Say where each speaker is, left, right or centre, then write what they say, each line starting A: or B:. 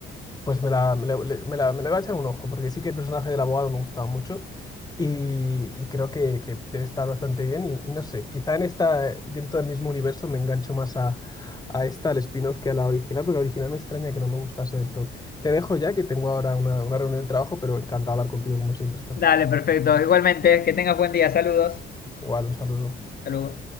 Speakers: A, on the left; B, on the left.
A: Pues me la, me la, le- me la- me le voy a echar un ojo, porque sí que el personaje del abogado me gustaba mucho y, y creo que, que debe estar bastante bien y, y no sé, quizá en esta, eh, dentro del mismo universo me engancho más a, a esta, al spin-off, que a la original, porque la original me extraña que no me gustase del todo. Te dejo ya que tengo ahora una, una reunión del trabajo, pero encantado de hablar contigo como siempre, Estef.
B: Dale, perfecto. Igualmente, que tengas buen día. Saludos.
A: Igual, un saludo.
B: Saludos.